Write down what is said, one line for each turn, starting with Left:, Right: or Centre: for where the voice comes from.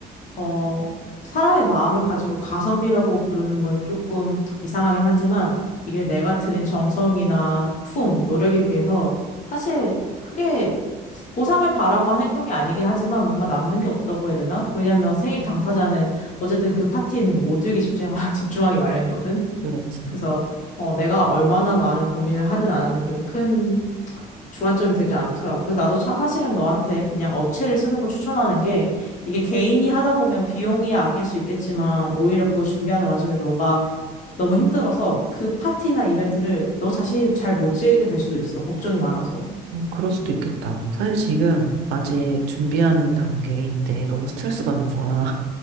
Left: 어, 사람의 마음을 가지고 가성비라고 부르는 건 조금 이상하긴 하지만 이게 내가 들인 정성이나 품, 노력에 비해서 사실 크게 보상을 바라고 한 행동이 아니긴 하지만 뭔가 남는 게 없다고 해야 되나? 왜냐하면 생일
Right: 음,
Left: 당사자는 어쨌든 그 파티에 있는 모두에게 집중하, <laughs> 집중하기 마련이거든.
Right: 그렇지.
Left: 그래서 어, 내가 얼마나 많은 고민을 하든 안 하든 그렇게 큰 주안점이 되지 않더라고. 그래서 나도 차- 사실은 너한테 그냥 업체를 쓰는 걸 추천하는 게 이게 개인이 하다 보면 비용이 아낄 수 있겠지만 오히려 그걸 준비하는 와중에 너가 너무 힘들어서 그 파티나 이벤트를 너 자신이 잘 못 즐기게 될 수도 있어. 걱정이 많아서.
Right: 어, 그럴 수도 있겠다. 사실 지금 아직 준비하는 단계인데 너무 스트레스 받는 거야.